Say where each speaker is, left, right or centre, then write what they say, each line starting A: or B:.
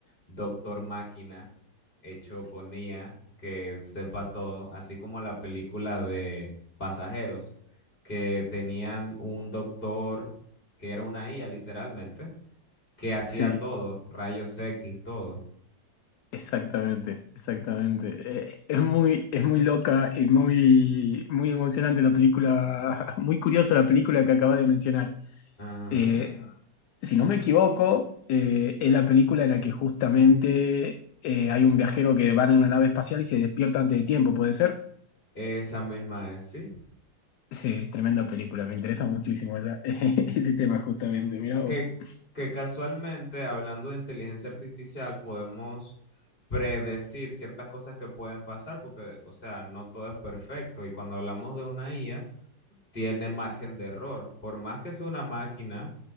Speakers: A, on the left; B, on the left.
A: doctor máquina hecho con IA que sepa todo, así como la película de Pasajeros, que tenían un doctor que era una IA literalmente que hacía
B: sí,
A: todo, rayos X, todo.
B: exactamente, exactamente. Eh, es muy, es muy loca y muy, muy emocionante la película, <laughs> muy curiosa la película que acaba de mencionar.
A: Ajá.
B: Eh, Si no me equivoco, eh, es la película en la que justamente eh, hay un viajero que va en una nave espacial y se despierta antes de tiempo, ¿puede ser?
A: Esa misma es, sí.
B: Sí, tremenda película, me interesa muchísimo esa- <laughs> ese tema justamente, mirá
A: Que,
B: vos.
A: que casualmente, hablando de inteligencia artificial, podemos predecir ciertas cosas que pueden pasar, porque, o sea, no todo es perfecto. Y cuando hablamos de una IA, tiene margen de error. Por más que sea una máquina,